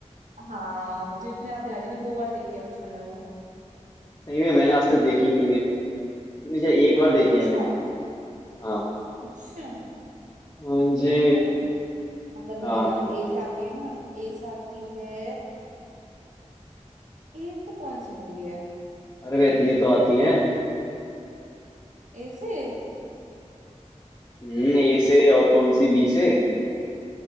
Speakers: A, on the right; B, on the left.
A: हाँ मुझे इतने याद दिला दी मैंने दो बार देखी है बचपन में वो
B: सही में मैंने आज तक देखी ही नहीं है मुझे एक बार देखी
A: अच्छा
B: है मेरी हाँ
A: अच्छा
B: हाँ जी
A: चलो मगध
B: हाँ
A: हेरा ए से आती है ना ए से आती है ए से कौन सी मूवी है
B: अरे वे इतनी तो आती है
A: ए से
B: हम्म ए से और कौन सी बी से